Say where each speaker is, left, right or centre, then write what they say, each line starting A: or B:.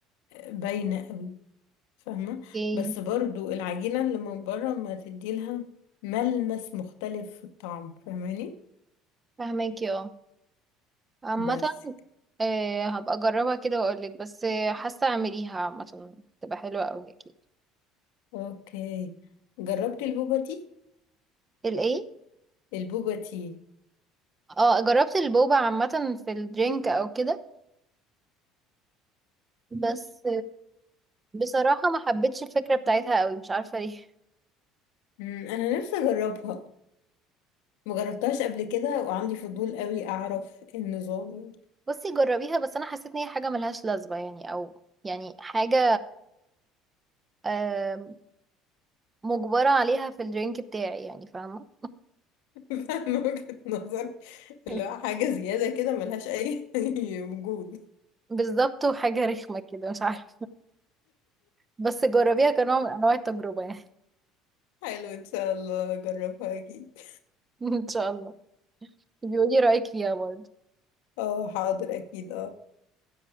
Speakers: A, on the left; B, on the right.
A: باينه قوي فاهمه
B: ايه
A: بس برضو العجينه اللي من بره ما تدي لها ملمس مختلف في الطعم فاهماني
B: فاهماكي اه عامة
A: بس
B: آه، هبقى اجربها كده واقول لك بس آه، حاسة اعمليها عامة تبقى حلوة قوي اكيد
A: اوكي جربتي البوبا تي
B: الايه
A: البوبا تي
B: اه جربت البوبا عامة في الدرينك او كده بس بصراحة ما حبيتش الفكرة بتاعتها قوي مش عارفة ليه
A: مم، انا نفسي اجربها مجربتهاش قبل كده وعندي فضول قوي اعرف إيه النظام
B: <laughs> بصي جربيها بس انا حسيت ان هي حاجة ملهاش لازمة يعني او يعني حاجة آم، مجبرة عليها في الدرينك بتاعي يعني فاهمة
A: <laughs> فاهمة وجهة نظر
B: <laughs>
A: لا حاجة زيادة كده ملهاش اي <laughs> وجود
B: بالظبط وحاجة رخمة كده مش عارفة بس جربيها كنوع من انواع التجربة يعني
A: حلو ان شاء الله اجربها اكيد
B: <laughs> ان شاء الله بيقولي رأيك فيها برضه
A: اه حاضر اكيد اه